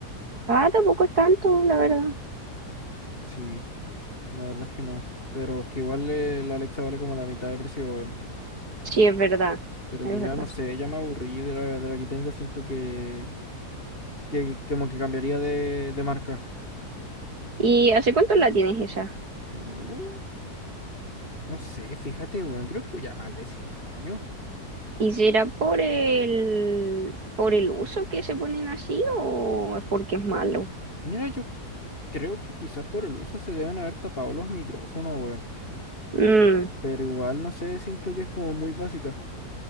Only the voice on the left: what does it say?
Sí, la verdad es que no. Pero es que igual eh, la Alexa vale como la mitad de precio. weón.
Pero
que ya
no sé, ya me aburrí de la, de la que tengo. Siento que, que como que cambiaría de, de marca.
Uh, no sé, fíjate, weón. Creo que ya más de 5 años.
Mira, yo creo que quizás por el uso se deben haber tapado los micrófonos, weón.
Pero igual, no sé, siento que es como muy básica.